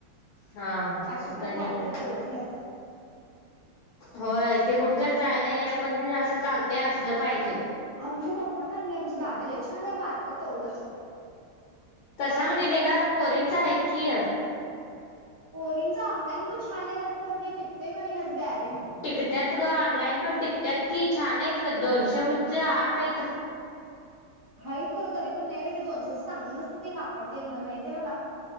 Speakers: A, on the left; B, on the right.
A: हा
B: पाचशे
A: तिथं
B: पर्यंत
A: का नाही
B: आल तर तेवढंच घ्यायचं.
A: होय ते कुठ तर जायला यायला पण असं चालतंय असलं पाहिजे.
B: आमच्या पप्पान आणलं आमच्या दादा लय छान हाय बारक तेवढंच.
A: तशामध्ये
B: पाचशे
A: नाही ग आता पोरींच हायत की.
B: पोरीनच ऑनलाईन पण छान आल्यात खरं ते टिकतेय का नाही हेच गॅर
A: टिकत्यात ग ऑनलाईन पण टिकत्यात की छान आहेत बग दोनशे म च्या आत हाइत.
B: हाहित खरं तरी पण नाही. माहिती ते दोनशेचं चांगलं नसते ते कापडते माहितीये मला,